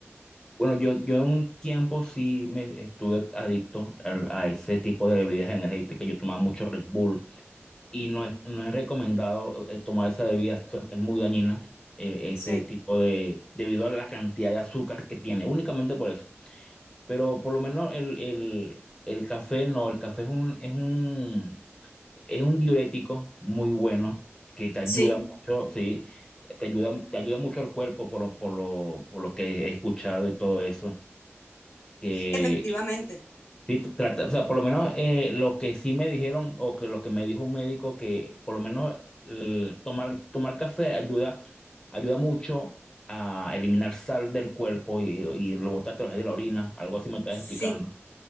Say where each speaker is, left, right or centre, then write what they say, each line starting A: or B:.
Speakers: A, on the left (about 15°); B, on the left (about 65°).
A: bueno, yo, yo en un tiempo sí me estuve adicto al- a, ese tipo de bebidas energéticas. Yo tomaba mucho Red Bull y no es, no es recomendado eh, tomar esa bebida, eso es muy dañina, eh, ese
B: sí,
A: tipo de, debido a la cantidad de azúcar que tiene, únicamente por eso. Pero por lo menos el, el, el café no, el café es un, es un, Es un diurético muy bueno que te ayuda
B: sí,
A: mucho, sí, te ayuda, te ayuda mucho el cuerpo por, lo- por lo, por lo que he escuchado y todo eso. Que
B: efectivamente,
A: sí trata, o sea, por lo menos eh, lo que sí me dijeron o que lo que me dijo un médico que por lo menos el tomar, tomar café ayuda, ayuda mucho a eliminar sal del cuerpo y, y lo botas a través de la orina, algo así me estás
B: sí.
A: explicando.